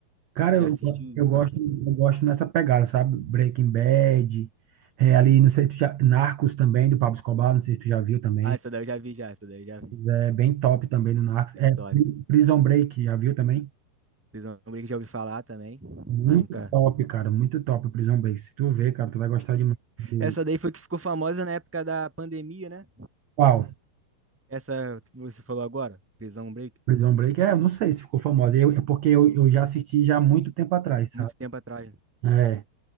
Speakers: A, on the right; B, in the centre.
A: Cara,
B: Tu
A: eu,
B: já assistiu?
A: eu gosto, eu gosto nessa pegada, sabe? Breaking Bad, é, ali, não sei se tu já. Narcos também, do Pablo Escobar, não sei se tu já viu também.
B: Ah, essa daí eu já vi, já. Essa daí eu já vi.
A: Mas É bem top também no Narcos.
B: Bem
A: É,
B: top.
A: Prison Break, já viu também?
B: Prisão Break já ouvi falar também,
A: Muito
B: mas nunca.
A: top, cara, muito top o Prison Break. Se tu ver, cara, tu vai gostar demais. do-
B: Essa daí foi que ficou famosa na época da pandemia, né?
A: Qual?
B: Essa que você falou agora, Prisão Break,
A: Prison Break? É, eu não sei se ficou famosa. Eu, é porque eu, eu já assisti já há muito tempo atrás,
B: muito
A: sabe?
B: tempo atrás.
A: É,